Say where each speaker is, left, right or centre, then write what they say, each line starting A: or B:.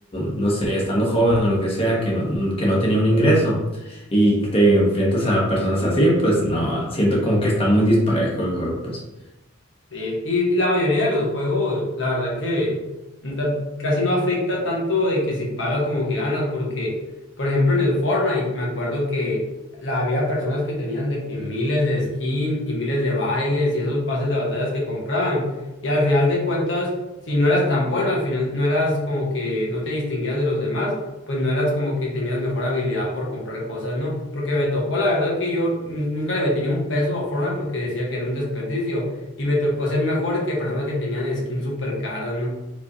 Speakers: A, on the left (about 30°); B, on the left (about 70°).
A: no sé, estando joven o lo que sea, que no, que no tenía un ingreso y que te enfrentas a personas así, pues no, siento como que está muy disparejo el juego, pues.
B: Sí, Y la mayoría de los juegos, la verdad que ta- casi no afecta tanto de que si pagas como que ganas, porque, por ejemplo, en el Fortnite, me acuerdo que la, había personas que tenían de que miles de skins y miles de bailes y esos pases de batallas que compraban. Y al final de cuentas, si no eras tan bueno, al final no eras como que no te distinguías de los demás, pues no eras como que tenías mejor habilidad por comprar cosas, ¿no? Porque me tocó, la verdad que yo mm, nunca le metí ni un peso a Fortnite porque decía que era un desperdicio. Y me tocó ser mejor que personas que tenían skins súper caras, ¿no?